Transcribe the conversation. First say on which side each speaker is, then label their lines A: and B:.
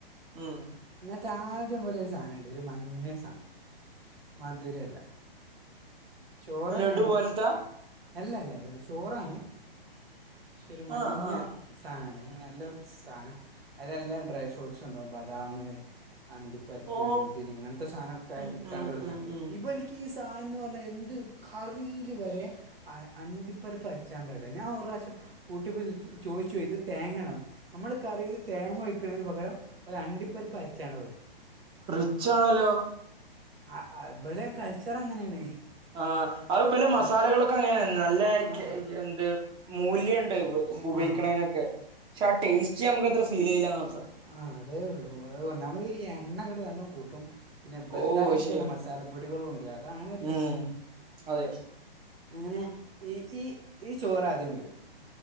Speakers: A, on the right; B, on the right.
A: ഉം
B: എന്നിട്ട് ആദ്യംപോലെ ഒരു സാധനയുണ്ട് ഒര് മഞ്ഞ സാധനം മധുരമുള്ളെ - ചോറ് തന്നെയാണ്
A: ലഡു പോലത്താ
B: അല്ല ല്ല അല്ല ചോറാണ്? പക്ഷെ ഒരു മഞ്ഞ
A: ആ ആ
B: സാധനാണ് നല്ല സാധനം അയ്ല് നല്ല ഡ്രൈ ഫ്രൂട്ട്സ്ണ്ടാവും ബദാമ് അണ്ടിപ്പരിപ്പ്
A: ഓ
B: മുന്തിരി ഇങ്ങനത്തെ സാധനൊക്കെ
A: ഉം
B: ഇട്ടോണ്ടൊര്
A: ഉം ഉം
B: സാധനം
A: ഉം
B: ഇപ്പ - ഈ സാധനൊന്ന് പറഞ്ഞാ എന്ത് കറില് വരെ- അ അണ്ടിപ്പരിപ്പ് അരാച്ചാൽ ഒണ്ടല്ലോ ഞാന് ഒറു പ്രാവശ്യം - കൂട്ടിപ്പോ ചോദിച്ചു ഇത് തേങ്ങയാണൊ നമ്മള് കറില് തേങ്ങ ഒഴിക്കെന്ന് പകരം- ഒരു അണ്ടിപ്പരിപ്പ് അയച്ചുകാണും അവര്
A: റിച്ചാണല്ലോ
B: അഹ് ആഹ് ഇവിടെ കൾച്ചറ് അങ്ങനെയാണ്.
A: ആഹ് അഹ് അത് പിന്നെ മസാലകളൊക്കെ
B: ഇവ-
A: അങ്ങനാണ് നല്ല
B: ആ
A: കെ എന്ത് മൂല്യം- ണ്ട്
B: ആ
A: ഉപയോഗിക്കെണെനൊക്കെ പക്ഷെ ആ ടെസ്റ്റ്‌ നമ്മക് ഫീല് ലമാത്രം.
B: ആഹ് അതേ ഉള്ളൂ ഓ ഒന്നാമതീ എണ്ണ അങ്ങട് നല്ലയോണം കൂട്ടും. പിന്നെ വലുതായിട്ട്
A: ഓ അത് ശരിയാ
B: ചെല മസാലപൊടികളുണ്ട് അതാണ് ഒരുപ്രശ്നം. മസാലപ്പൊടികളും ഉണ്ട് അതാണ് ഒരു പ്രശ്നം
A: ഉം അതെ.
B: അങ്ങനെ ഇ <unintelligible> ഇ ഈ ചോറാദ്യം വരും.